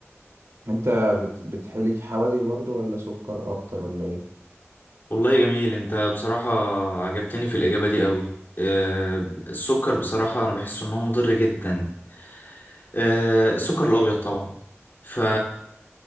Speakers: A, on the right; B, on the left.
A: أنت بت- بتحلي حوادق برضو ولا سكر أكتر ولا إيه؟
B: والله جميل انت بصراحه عجبتني في الاجابه دي قوي آه السكر بصراحه انا بحس ان هو مضر جدا آه السكر الابيض طبعا ف